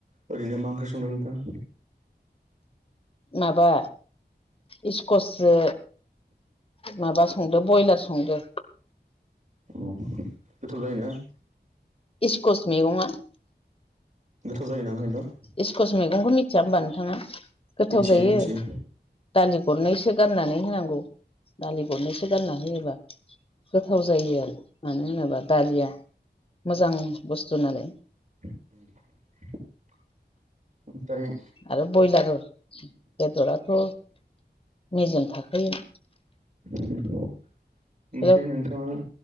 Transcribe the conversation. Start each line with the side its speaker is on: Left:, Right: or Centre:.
Right: ओरैनो मा ओंख्रि संदों नोंथां
Left: माबा इस्कस सो माबा संदो बयलार संदो
Right: औ गोथाव जायोना?
Left: इस्कस मैगंआ
Right: गोथाव जायो ना ओखायनोथ'
Left: इस्कस मैगंखौ मिथिया होमबा नोंथाङा गोथाव
Right: मिथिगो
Left: जायो।
Right: मिथियो
Left: दालि गरनैसो गारनानै होनांगौ दालि गरनैसो गानना होयोबा गोथाव जायो आरो मानो होनोबा दालिया मोजां बुस्थु नालाय
Right: <inaudible> ओमफ्राय
Left: आरो बयलार बेदराथ' मेजेम थाखायो
Right: उम ओमफ्राय
Left: हेलौ
Right: नोंथांङा